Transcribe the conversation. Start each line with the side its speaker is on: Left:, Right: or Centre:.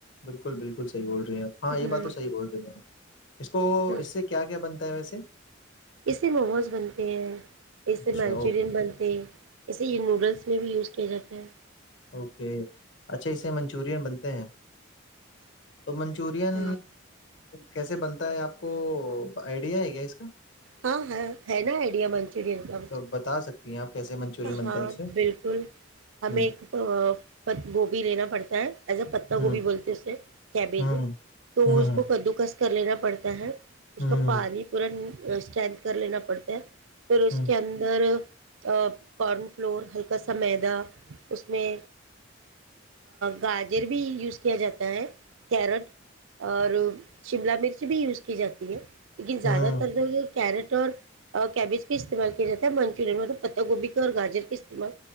Left: بالکل بالکلحیح بول رہی ہیں ہاں یہ
Right: ہوں
Left: بات تو صحی بول رہی ہیں اس کو
Right: ہ
Left: اس سے کیا کیا بنتا ہے ویسے
Right: اس سے موموز بنتے ہیں اس
Left: اچھا
Right: سے منچورن
Left: اوکے
Right: بنتے ہیں اسے یہ نوڈلس اس میں بھی یوز کیا جاتا ہے
Left: اوکے اچھا اسے منچورین بنتے ہیں تو چورن
Right: ہاں
Left: کیسے بنتا ہے آپ کو آئیڈیا ہے گیا اس کا
Right: ہاں ہاں ہے نا آئیڈیا من چرین کام
Left: تو <unintelligible> بنتا
Right: ہاں
Left: ہے اس سے
Right: بالکل ہمیں
Left: ہ
Right: ایک گوبھی لینا پڑتا ہے ایز ا پتاہ
Left: ہ
Right: گوبھی بولتے اسے کیبیج
Left: ہ
Right: تو
Left: ہ
Right: اس کو کدوکس کر لینا پڑتا ہے اس
Left: ہ
Right: کا پ بھی پورا اسٹرینتھ کر لینا پڑتا ہے پھر اس
Left: ہ
Right: کے اندر ا <unintelligible> کارن فلور ہلکا سا میدا اس میں گاجر بھی یوز کیا جاتا ہے کیرٹ اور شملہ مرچ بھی یوز کی جاتی ہے لیکن
Left: ہ
Right: زیادہ تر جو کیرٹ اور کیبج کا استعمال کیا جاتا ہے منچورن میں پتہ گوبھی اور گاجر کا استعمال